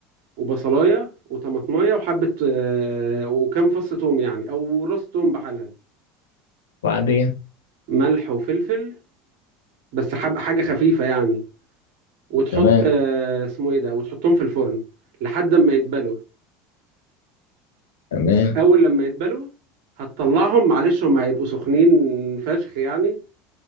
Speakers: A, on the right; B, on the left.
A: وبصلايه وطماطمايه وحبه آه، وكام فص توم يعني او راس توم بحالها
B: وبعدين
A: ملح وفلفل بس حب حاجه خفيفه يعني وتحط
B: تمام
A: آه، اسمه ايه ده وتحطهم في الفرن لحد ما يتبلوا
B: تمام
A: اول لما يتبلوا هتطلعهم معلش هم هيبقوا سخنين فشخ يعني